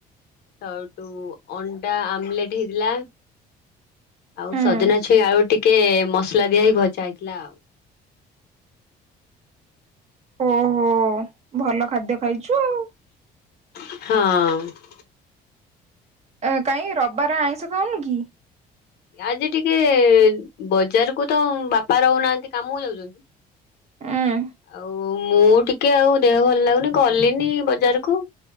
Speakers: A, on the left (about 75°); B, on the right (about 40°).
A: ସେଉଠୁ ଅଣ୍ଡା ଆମଲେଟ ହେଇଥିଲା। ଆଉ
B: ହୁଁ
A: ସଜନା ଛୁଇଁ ଆଳୁ ଟିକେ ମସଲା ଦିଆ ହେଇ ଭଜା ହେଇଥିଲା ଆଉ।
B: ଓହୋ ଭଲ ଖାଦ୍ୟ ଖାଇଛୁ ଆଉ।
A: ହଁ।
B: ଏ କାଇଁ ରବିବାରେ ଆଇଁଷ ଖାଉନି କି?
A: ଆଜି ଟିକେ ବଜାର କୁ ତ ବାପା ରହୁନାହାନ୍ତି କାମକୁ ଯାଉଛନ୍ତି।
B: ଆଁ।
A: ଆଉ ମୁଁ ଟିକେ ଆଉ ଦେହ ଭଲ ଲାଗୁନି ଗଲିନି ବଜାର କୁ।